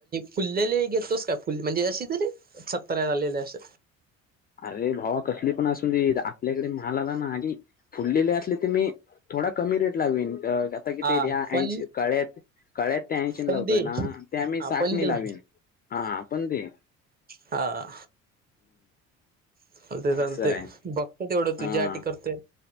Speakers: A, on the right; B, on the left.
A: फुल्लेले घेतोस का फु म्हणजे अशी तरी सतरा्या झालेले अस
B: अरे भावा कसली पण असून दे आपल्याकडे माल आला ना कि फुललेले असले ते मी थोडा कमी रेट लावीन अ आता कि
A: हा
B: ते ह्या
A: पण
B: ऐंशी कळ्यात कळ्यात टॅन्शन
A: पण
B: लावतोय
A: दे
B: ना ते आम्ही
A: हा
B: साठणी
A: पण दे
B: लावीन हा पण देईन
A: हा. चालते चालते
B: असं आहे
A: बघत तेवढं तुझ्यासाठी
B: हा.
A: करते